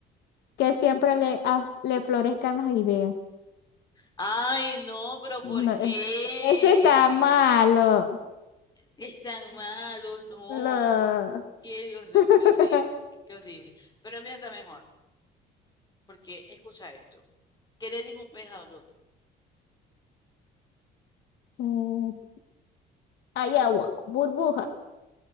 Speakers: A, on the left; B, on the left.
A: Que siempre le, a- le florezcan las ideas.
B: Ay, no, pero ¿por
A: No,
B: qué?
A: eh, ese está malo.
B: Es tan malo, no.
A: No.
B: Qué, hor- no,
A: <laughs>
B: qué horrible, qué horrible. Pero mira, está mejor. Porque, escucha esto, ¿qué le dijo un pez al otro?
A: Mm, Hay agua, burbuja.